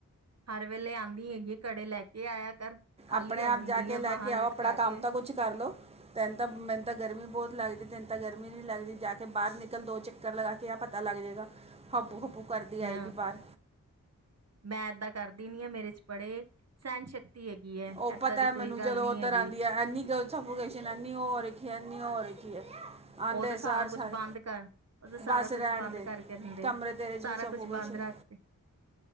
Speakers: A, on the right; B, on the right.
A: ਹਰ ਵੇਲੇ ਆਉਂਦੀ ਹੈਗੀ ਕੜੇ ਲੈ ਕੇ ਆਇਆ ਕਰ। ਖਾਲੀ
B: ਆਪਣੇ
A: ਆ
B: ਆਪ
A: ਜਾਂਦੀ
B: ਜਾ
A: ਹੈ
B: ਕੇ ਲੈ
A: ਬਾਹਾਂ
B: ਕੇ ਆਓ
A: ਲਟਕਾ
B: ਆਪਣਾ
A: ਕੇ
B: ਕੰਮ ਤਾਂ ਕੁਛ ਕਰ ਲਓ। ਤੈਨੂੰ ਤਾਂ ਮੈਨੂੰ ਗਰਮੀ ਬਹੁਤ ਲੱਗਦੀ ਤੈਨੂੰ ਤਾਂ ਗਰਮੀ ਨੀ ਲੱਗਦੀ ਜਾ ਕੇ ਬਾਹਰ ਨਿਕਲ ਦੋ ਚੱਕਰ ਲਗਾ ਕੇ। ਕਿਆ ਪਤਾ ਲੱਗ ਜਾਵੇਗਾ ਹੱਬੂ ਹੱਬੂ ਕਰਦੀ ਆਏਗੀ
A: ਨਾ
B: ਬਾਹਰ।
A: ਮੈਂ ਇੱਦਾਂ ਕਰਦੀ ਨੀ ਆ ਮੇਰੇ ਚ ਬੜੇ ਸਹਿਣ ਸ਼ਕਤੀ ਹੈਗੀ। ਹੈ
B: ਉਹ
A: ਏਦਾਂ
B: ਪਤਾ
A: ਦੀ ਕੋਈ
B: ਮੈਨੂੰ
A: ਗੱਲ
B: ਜਦੋਂ
A: ਨੀ
B: ਉੱਧਰ
A: ਹੈਗੀ
B: ਆਉਂਦੀ ਹੈ ਐੰਨੀ। ਸਫੋਕੇਸ਼ਨ ਇਨੀ ਹੋ ਰਖੀ ਇਨੀ ਹੋ ਰਖੀ ਹੈ।
A: ਉਹ
B: ਆਂਦੇ
A: ਤਾਂ ਸਾਰਾ
B: ਸਾਰ
A: ਕੁਛ
B: ਸਰ
A: ਬੰਦ ਕਰ ਉਹ ਤਾਂ ਸਾਰਾ
B: ਬਸ
A: ਕੁਛ
B: ਰਹਿਣ
A: ਬੰਦ
B: ਦੇ
A: ਕਰਕੇ ਦਿੰਦੇ।
B: ਕਮਰੇ ਤੇਰੇ ਚ
A: ਸਾਰਾ
B: ਵੀ ਸਫੋਕੇਸ਼ਨ।
A: ਕੁਛ ਬੰਦ ਰੱਖਦੇ